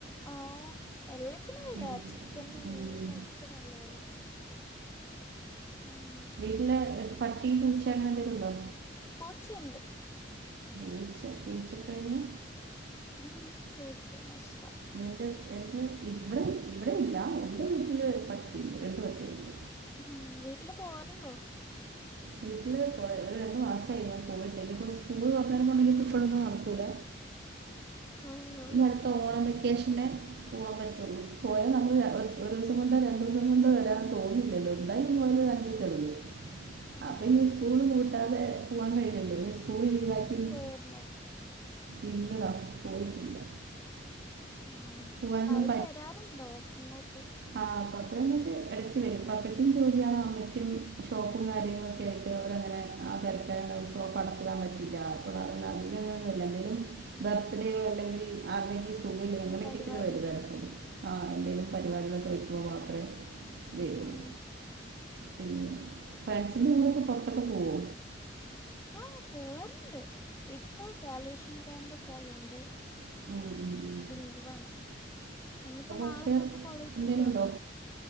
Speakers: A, on the left; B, on the right.
A: ആഹ് എല്ലാത്തിനും വെലയാ
B: ഉം.
A: ചിക്കനും
B: ഉം.
A: മീനിനും ഒക്കെ നല്ല വെല ഉം
B: ഇല്ല പട്ടി പൂച്ച അങ്ങനെ എന്തെങ്കിലും ഉണ്ടൊ
A: പൂച്ചയുണ്ട്
B: പൂച്ച പൂച്ചപ്പേന്
A: ഉ പൂച്ചേനെ ഇഷ്ട്ടം
B: എന്റെ ഇവിടെ ഇവിടെയില്ല എന്റെ വീട്ടില് പട്ടിയുണ്ട് രണ്ട് പട്ടികളുണ്ട്
A: ഉ വീട്ടില് പോവാറുണ്ടൊ
B: വീട്ടില് കൊറേ രണ്ട് മാസമായി ഞാൻ പോയിട്ട് ഇനിയിപ്പോൾ സ്കൂള് തുറന്നതിനെ കൊണ്ട് ഇനി ഇപ്പൊ ഇപ്പൊഴൊന്നും നട ക്കൂല
A: ആഹ്
B: ഇനിഅടുത്തെ ഓണം വെക്കേഷനെ പോവാൻ പറ്റുള്ളൂ പോയാൽ നമ്മള് ഒരു ദിവസം കൊണ്ടോ രണ്ട് ദിവസം കൊണ്ടോ വരാൻ തോന്നൂലല്ലൊ എന്തായാലും ഒരു അഞ്ച് ദിവസം എടുക്കും അപ്പൊ
A: അതെ
B: ഇനി സ്കൂള് പൂട്ടാതെ പോവാൻ കഴിയില്ലല്ലോ ന്നി സ്കൂള് ലീവ് ആക്കീന്ന്‌
A: പർണോ
B: ഇല്ലടാ പോയിട്ടില്ല
A: ആഹ്
B: പോകാനൊന്നും
A: അവര് വരാറുണ്ടോ ഇങ്ങോട്ട്
B: ആഹ് പപ്പ അപ്പൊക്കെ ഇടക്ക് വരും അപ്പ അപ്പയ്ക്കും ജോലിയാണ് അമ്മയ്ക്കും ഷോപ്പും കാര്യങ്ങളും ഒക്കെ ആയിട്ട് അവരങ്ങനെ ആഹ് തിരക്ക ദിവസവും ഷോപ്പ് അ ടച്ചിടാൻ പറ്റില്ല അപ്പൊ അത അധികങ്ങൊന്നുംമല്ല എന്തേലും ബർത്ത്ടെയൊ അല്ലെങ്കിൽ ആരുടേങ്കി ചല് അങ്ങനെയൊക്കക്കൊക്കെ
A: പരിപാടിയൊക്കെ
B: വര് തരത്തുള്ളൂ
A: ഉണ്ടോ
B: ആഹ് എന്തേലും പരിപാടികളൊക്കെ വെക്കുമ്പോൾ മാത്രമേ വരുള്ളൂ
A: ഉം
B: പിന്നെ ഫ്രണ്ട്സിൻ്റെ കൂടൊക്കെ പൊറത്തൊക്കെ പോവോ
A: ആഹ് പോവാറുണ്ട് ഇപ്പൊ വല്വേഷൻ ക്യാമ്പൊക്കെ ആയോണ്ട്
B: ഉം
A: പ ലീവാണ് ഇനിയിപ്പ നാളെ
B: അഫെയർ
A: തൊട്ട് കോളേജില്
B: എന്തെങ്കിലും
A: പോണം
B: ഉണ്ടോ